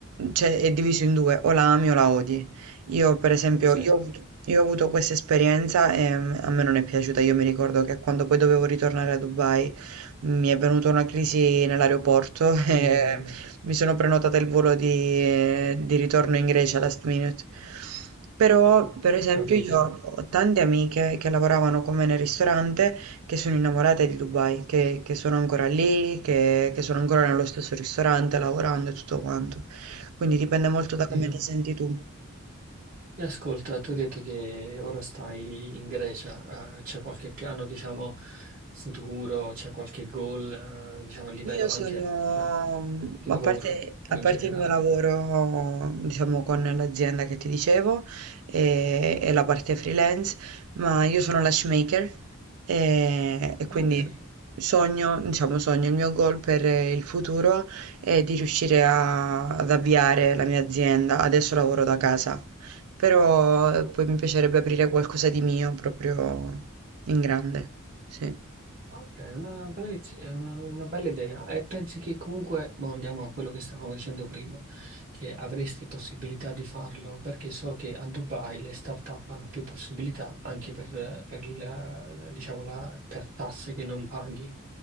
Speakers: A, on the right; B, on the right.
A: cioè, è diviso in due, o la ami o la odi. Io per esempio,
B: ok.
A: io ho avuto, io ho avuto questa esperienza e mm, a me non è piaciuta, io mi ricordo che quando poi dovevo ritornare a Dubai mi è venuta una crisi nell'aeroporto <laughs> e
B: Mm,
A: mi sono prenotata il volo di, eh, di ritorno in Grecia last minute. Però, per esempio,
B: ho capito.
A: io ho tante amiche che lavoravano con me nel ristorante che sono innamorate di Dubai, che, che sono ancora lì, che, che sono ancora nello stesso ristorante lavorando e tutto quanto. Quindi dipende molto
B: Ho capito.
A: da come ti senti tu.
B: E ascolta, tu hai detto che ora stai in Grecia, eh, c'è qualche piano, diciamo, futuro, c'è qualche goal, eh, diciamo, a livello
A: Io sono,
B: anche, eh,
A: a
B: lavoro
A: parte,
B: o
A: a
B: in
A: parte
B: generale?
A: il mio lavoro, diciamo, con l'azienda che ti dicevo e, e la parte freelance, ma io sono lash maker e, e quindi
B: Ah, Ok,
A: sogno, diciamo, sogno, il mio goal per il futuro è di riuscire a- ad avviare la mia azienda. Adesso lavoro da casa, però eh, poi mi piacerebbe aprire qualcosa di mio proprio in grande. Sì.
B: ok, è una bella, iz- è una- una bella idea. E pensi che comunque, boh, andiamo a quello che stavamo dicendo prima, che avresti possibilità di farlo, perché so che a Dubai le start-up hanno più possibilità anche per, per il- la- diciamo, la- per tasse che non paghi.